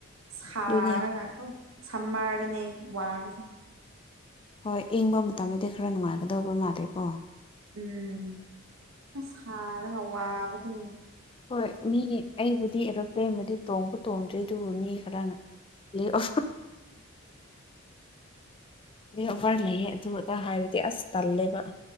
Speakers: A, on the right; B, on the left.
A: ꯁꯥꯔꯒꯈꯣ
B: ꯑꯗꯨꯅꯤ
A: ꯁꯝꯃꯥꯔꯅꯤ ꯋꯥꯕꯁꯦ
B: ꯍꯣꯏ ꯏꯪꯕ ꯃꯇꯝꯗꯗꯤ ꯈꯔ ꯅꯨꯡꯉꯥꯏꯒꯗꯧꯕ ꯃꯥꯜꯂꯦ ꯀꯣ
A: ꯎꯝ ꯑ ꯁꯥꯔꯒ ꯋꯥꯕꯗꯤ
B: ꯍꯣꯏ ꯃꯤ ꯑꯩꯕꯨꯗꯤ ꯑꯦꯔꯣꯄ꯭ꯂꯦꯟꯕꯨꯗꯤ ꯇꯣꯡꯕ ꯇꯣꯡꯗ꯭ꯔꯤ ꯑꯗꯨꯕꯨ ꯃꯤ ꯈꯅꯑꯣ ꯑꯗꯨ ꯑꯣꯐꯔ ꯂꯩꯌꯦꯦ ꯑꯗꯨ ꯑꯇꯥ ꯍꯥꯏꯔꯗꯤ ꯑꯁ ꯇꯜꯂꯦꯕ